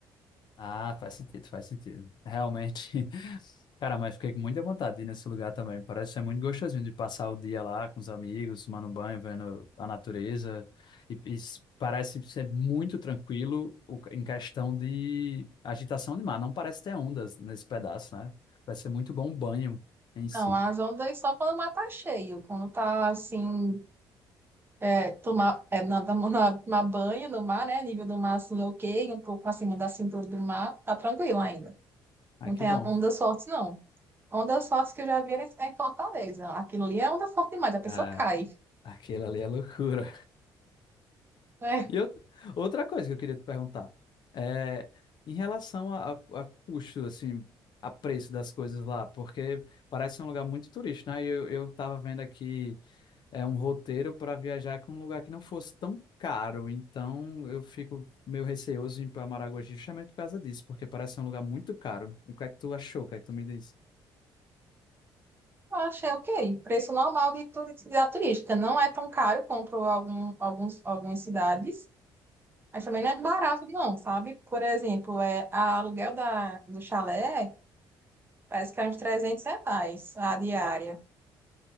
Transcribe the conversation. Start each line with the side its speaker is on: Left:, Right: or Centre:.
Left: Ah, faz sentido, faz sentido. Realmente. <laughs> Cara, mas fiquei com muita vontade de ir nesse lugar também. Parece ser muito gostosinho de passar o dia lá com os amigos, tomando banho, vendo a natureza. E, e s- parece ser muito tranquilo o- em questão de agitação de mar. Não parece ter ondas nesse pedaço, né? Parece ser muito bom o banho em
Right: Não,
Left: si.
Right: as ondas só quando o mar tá cheio, quando tá assim. É, tomar, é, na, na, na- tomar banho no mar, né? Nível do mar assim, ok, um pouco acima da cintura do mar, tá tranquilo ainda.
Left: Ah,
Right: Não
Left: que
Right: tem
Left: bom.
Right: onda forte, não. Onda forte que eu já vi era em Fortaleza. Aquilo ali é onda forte demais, a pessoa
Left: Ah,
Right: cai.
Left: aquilo ali é loucura.
Right: É,
Left: E outra, outra coisa que eu queria te perguntar é em relação a, a- a custo, assim, a preço das coisas lá, porque parece ser um lugar muito turístico, né? E Eu, eu tava vendo aqui é um roteiro para viajar com um lugar que não fosse tão caro, então eu fico meio receoso em ir para Maragogi justamente por causa disso, porque parece ser um lugar muito caro. O que é que tu achou? O que é que tu me diz?
Right: eu achei ok. Preço normal de, turi- da turística. Não é tão caro quanto algum, alguns, algumas cidades, mas também não é barato, não, sabe? Por exemplo, é, a aluguel da, do chalé parece que é uns 300 reais a diária.